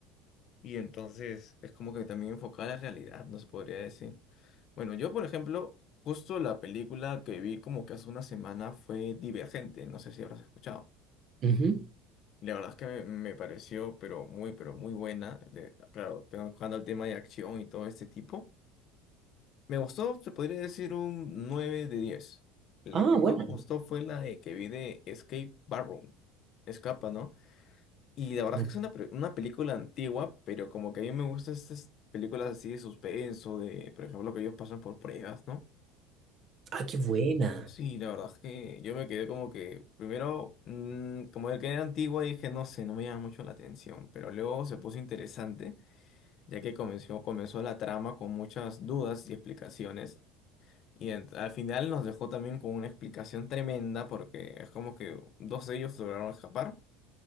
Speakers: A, on the left (about 50°); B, on the right (about 45°).
A: Y entonces es como que también enfocada a la realidad, nos podría decir. Bueno, yo, por ejemplo, justo la película que vi como que hace una semana fue Divergente, no sé si habrás escuchado.
B: Ujú.
A: Y la verdad es que me, me pareció, pero muy, pero muy buena. de- claro, tocando el tema de acción y todo este tipo. Me gustó, se podría decir un 9 de diez La
B: Ah,
A: que
B: buena.
A: más me gustó fue la de que vi de Escape Barroom. Escapa, ¿no? Y la verdad
B: Mm.
A: es que es una, pre- una película antigua, pero como que a mí me gustan estas películas así de suspenso, de, por ejemplo, que ellos pasan por pruebas, ¿no?
B: Ah, qué buena.
A: Sí, la verdad es que yo me quedé como que, primero, mm, como que era antigua y dije, no sé, no me llama mucho la atención, pero luego se puso interesante, ya que comenzó, comenzó la trama con muchas dudas y explicaciones, y en- al final nos dejó también con una explicación tremenda, porque es como que dos de ellos lograron escapar.